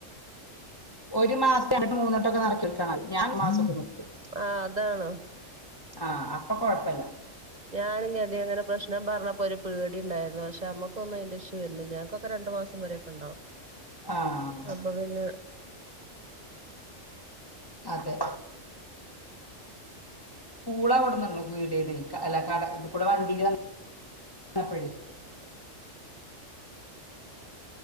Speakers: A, on the left; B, on the right.
A: ഒരു മാസതി അണ്ട്വട്ടോ മൂന്നോട്ടൊക്കെനറക്കിക്കാ ഞൻ മാസൊക്കെ നിക്കും
B: ആഹ് അതാണ്
A: ആഹ് അപ്പൊ കൊഴപ്പല്ല
B: ഞാനുകർതി അങ്ങനെ പ്രശ്നം പറഞ്ഞപ്പോ ഒരു പേടിണ്ടായിരുന്നു പഷേ അമ്മക്കൊന്നും അതിന്റെ ഇഷ്യ വരുന്ന്ല്ല ഞങ്ങൾക്കൊക്കെ രണ്ട് മാസം വരൊക്കെണ്ടാവും
A: ആഹ്
B: അപ്പൊ പിന്നെ
A: അതെ പൂള കൊട്ന്നണ്ണു പീടീന്നെ അല്ല കട ഇത്കുടെവണ്ടി ന്നപ്പഴേ